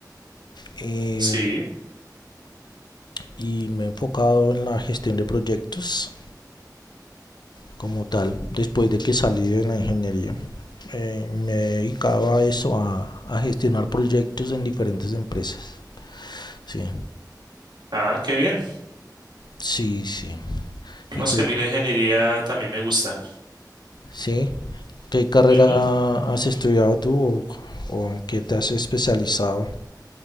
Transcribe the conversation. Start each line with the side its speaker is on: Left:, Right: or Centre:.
Left: eh,
Right: Sí.
Left: y me he enfocado en la gestión de proyectos. como tal, después de que salí de la ingeniería. Eh, me he dedicado a eso, a, a gestionar proyectos en diferentes empresas. Sí,
Right: Ah, qué bien.
Left: sí, sí.
Right: Vemos
Left: ¿Y qué,
Right: que a mí la ingeniería también me gusta.
Left: sí? ¿Qué carrera
Right: Ujú.
Left: has estudiado tú o, o en qué te has especializado?